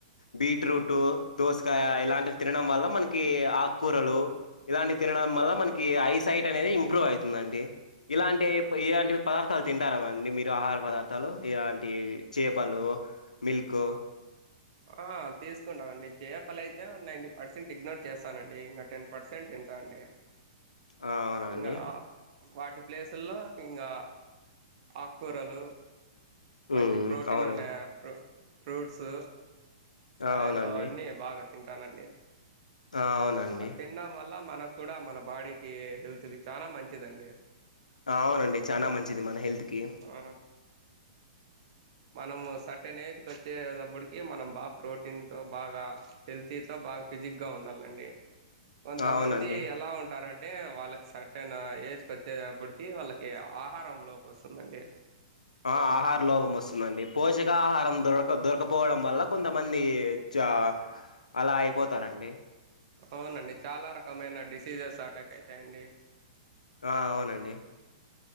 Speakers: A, on the left; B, on the right.
A: బీట్రూట్ దోస కాయ ఇలాంటి తినడం వల్ల మనకి ఆకు కూరలు ఇలాంటి తినడం వల్ల
B: అవునండి
A: మనకి ఐ సైట్ అనేది ఇంప్రూవ్ అవుతుందండి ఇలాంటి ఇలాంటి పదార్థాలు తింటారామండి మీరు ఆహార పదార్థాలు ఇలాంటి చేపలు మిల్క్
B: ఆ తీసుకుంటామండి చేపలు అయితే నైంటీ పర్సెంట్ ఇగ్నోర్ చేస్తానండి ఇంకా టెన్ పర్సెంట్ తింటా అండి
A: ఆ అవునండి
B: ఇంగ ఆ వాటి ప్లేసుల్లో ఇంకా ఆకుకూరలు మంచి
A: ఉమ్,
B: ప్రోటీన్
A: అవునండి
B: ఉన్నాయా ప్రో ఫ్రూట్స్
A: ఆ
B: కాయలు
A: అవునండి
B: అవన్నీ బాగా తింటానండి
A: ఆ అవునండి
B: ఆ తిండం వల్ల మనకు కూడా మన బాడీకి హెల్త్ కి చాలా మంచిదండి
A: అవునండి చానా మంచిది మన హెల్త్ కీ
B: ఆ! మనము సర్టెన్ ఏజ్కి వచ్చేప్పుడికి మనం బాగా ప్రోటీన్తో బాగా హెల్తీతో బాగా ఫిజిక్గా ఉండాలండి కొంతమంది
A: అవునండి
B: ఎలా ఉంటారం టే వాళ్ళకి సర్టెన్ ఏజ్కి వచ్చేప్పుడికి వాళ్ళకి ఆహారం లోపం వస్తుందండి
A: ఆ ఆహార లోభం వస్తుందండి పోషక ఆహారం దొరక దొరకపోవడం వల్ల కొంతమంది చా అలా అయిపోతారండి
B: అవునండి చాలా రకమైన డిసీజెస్ అటాక్ అయితాయండి
A: ఆ అవునండి